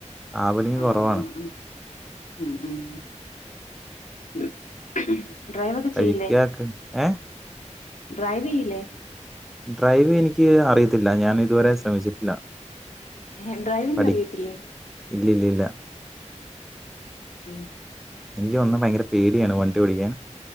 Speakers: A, in the centre; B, on the left.
A: ട്രാവലിംഗ്
B: ആണോ
A: കുറവാണ്
B: ആ ഉം ഉം ഉം <inaudible>
A: കഴിക്കുക
B: ചെയ്യില്ലേ
A: ഒക്കെ ഏ
B: ഡ്രൈവ് ചെയ്യില്ലേ
A: ഡ്രൈവ് എനിക്ക് അറിയത്തില്ല ഞാൻ ഇതുവരെ ശ്രമിച്ചിട്ടില്ല
B: ഏ ഡ്രൈവിംഗ്
A: പഠി
B: അറിയത്തില്ലേ
A: ഇല്ല ഇല്ല ഇല്ല
B: ഉം
A: എനിക്ക് വന്നാ ഭയങ്കര പേടിയാണ് വണ്ടി ഓടിക്കാൻ